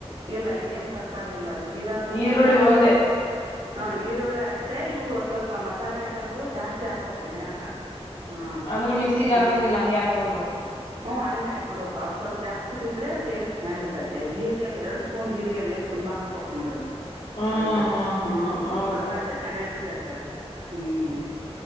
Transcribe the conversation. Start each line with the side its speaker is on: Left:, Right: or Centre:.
Right: ಇಲ್ಲ ಏನ್. <inaudible> ತರಕಾರಿ, ಇಲ್ಲ ಅದು ಜೀರಾ ರೈಸ್!
Left: ಈರುಳ್ಳಿ
Right: ಅಂದ್ರೆ ಅಷ್ಟೇ,
Left: ಒಂದೇ
Right: ಹ, ಈರುಳ್ಳಿ, ಅಷ್ಟೇ. <inaudible> ಮತ್ತೆ, ಇವು ಸ್ವಲ್ಪ ಮಸಾಲೆ, ಐಟಮ್ಗಳು ಜಾಸ್ತಿ ಹಾಕ್ಬೋಕ್ ಎಣ್ಣಾಕ? <inaudible> ಹೂ, ಹಾ
Left: ಅಂದ್ರೆ ಮಿಕ್ಸಿಗೆ
Right: ಹ್ಮ,
Left: ಹಾಕಂಗಿಲ್ಲ ಹಂಗೆ ಹಾಕಿ ಬಿಡ್ಬೇಕು
Right: ಹ ಹಂಗೆ ಹಂಗೀಕಿಬಿಡುಬೇಕು. ಹ ಅವು, ಸ್ವಲ್ಪ ಜಾಸ್ತಿ. <inaudible> ಬಿದ್ರೆ, ಟೇಸ್ಟ್ ಚೆನ್ನಾಗಿ ಇರ್ತತೆ, ಜೀರಿಗೆ ಎರಡು ಸ್ಪೂನ್, ಜೀರ್ರಿಗೆ ಬೇಸ್, ತುಂಬಾ ಹಾಕ್ಬೇಕಕ್ ನೋಡು. <inaudible>
Left: ಹ್ಮ್
Right: ಅದುಕ್ಕೆ,
Left: ಹ್ಮ್ ಹ್ಮ್
Right: ಹ,
Left: ಹ್ಮ್ ಹೌದೌದು
Right: ಹಂಗಾದ್ರೆ! ಚೆನ್ನಾಗಿರ್ತತೆ, ಅದು, ಹ್ಮ್. <inaudible>